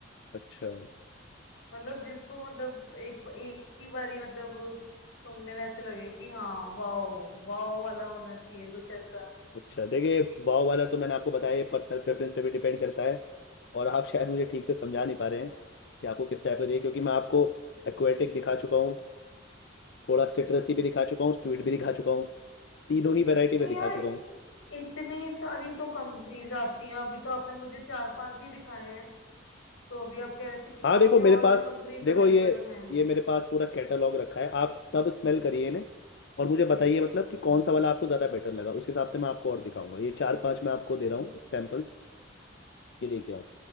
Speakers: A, on the left; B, on the left.
A: अच्छा
B: मतलब जिसको मतलब एक एक ही बारी मतलब सुनने में ऐसे लगे कि हाँ वाओ वाओ वाला होना चाहिए कुछ ऐसा
A: अच्छा देखिए वाव वाला तो मैंने आपको बताया ये पर्सनल प्रेफरेंस पे भी डिपेंड करता है और आप शायद मुझे ठीक से समझा नहीं पा रहे हैं कि आपको किस टाइप का चाहिए क्योंकि मैं आपको एक्वेटिक दिखा चुका हूँ थोड़ा सिट्रसी भी दिखा चुका हूँ स्वीट भी दिखा
B: नहीं
A: चुका हूँ तीनों ही वैरायटी में दिखा
B: यार
A: चुका हूँ
B: इतनी सारी तो कंपनीज आती हैं अभी तो आपने मुझे चार पांच ही दिखाए हैं तो अभी आप कह रहे थे कि काफी
A: हाँ देखो मेरे
B: और
A: पास
B: भी कंपनीज
A: देखो
B: अवेलेबल
A: ये
B: हैं
A: ये मेरे पास पूरा कैटलॉग रखा है आप सब स्मेल करिए इन्हें और मुझे बताइए मतलब कि कौन सा वाला आपको ज़्यादा बेटर लगा उस हिसाब से मैं आपको और दिखाऊंगा ये चार पांच मैं आपको दे रहा हूँ सैम्पल्स ये देखिए आप